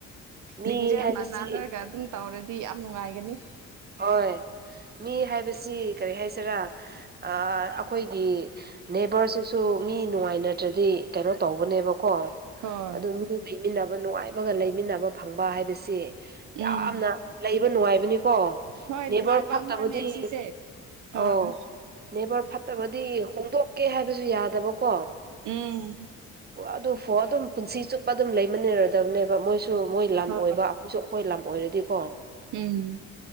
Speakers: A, on the right; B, on the right.
A: ꯃꯤ
B: ꯂꯤꯡꯖ
A: ꯍꯥꯏꯕꯁꯤ
B: ꯅꯥꯟꯅꯔꯒ ꯑꯗꯨꯝ ꯇꯧꯔꯗꯤ ꯌꯥꯝ ꯅꯨꯡꯉꯥꯏꯒꯅꯤ
A: ꯍꯣꯏ ꯃꯤ ꯍꯥꯏꯕꯁꯤ ꯀꯔꯤ ꯍꯥꯏꯁꯤꯔꯥ ꯑꯩꯈꯣꯏꯒꯤ ꯅꯦꯕꯔꯁꯤꯁꯨ ꯃꯤ ꯅꯨꯡꯉꯥꯏꯅꯗ꯭ꯔꯗꯤ ꯀꯩꯅꯣ ꯇꯧꯕꯅꯦꯕꯣ ꯀꯣ
B: ꯍꯣꯏ
A: ꯑꯗꯨ ꯃꯤ ꯂꯩꯃꯤꯟꯅꯕ ꯅꯨꯡꯉꯥꯏꯕꯒ ꯂꯩꯃꯤꯟꯅꯕ ꯐꯪ ꯕꯥ ꯍꯥꯏꯕꯁꯤ
B: ꯎꯝ
A: ꯌꯥꯝꯅ ꯂꯩꯕ ꯅꯨꯡꯉꯥꯏꯕꯅꯤꯀꯣ
B: ꯍꯣꯏ
A: ꯅꯦꯕꯔ
B: ꯅꯨꯡꯉꯥꯏꯕ
A: ꯐꯠ
B: ꯑꯃꯅꯦ
A: ꯇꯕꯗꯤ
B: ꯁꯤꯁꯦ ꯍꯣꯏ
A: ꯑꯣ ꯅꯦꯕꯔ ꯐꯠꯇꯕꯗꯤ ꯍꯣꯡꯗꯣꯛꯀꯦ ꯍꯥꯏꯕꯁꯨ ꯌꯥꯗꯕꯀꯣ
B: ꯎꯝ
A: ꯑꯗꯨꯐꯣ ꯑꯗꯨꯝ ꯄꯨꯟꯁꯤ ꯆꯨꯞꯄ ꯑꯗꯨꯝ ꯂꯩꯃꯤꯟꯅꯔꯗꯕꯅꯦꯕ ꯃꯣꯏꯁꯨ ꯃꯣꯏ ꯂꯝ
B: ꯍꯣꯏ
A: ꯑꯣꯏꯕ ꯑꯩꯈꯣꯏꯁꯨ ꯑꯩꯈꯣꯏ ꯂꯝ ꯑꯣꯏꯔꯗꯤꯀꯣ
B: ꯎꯝ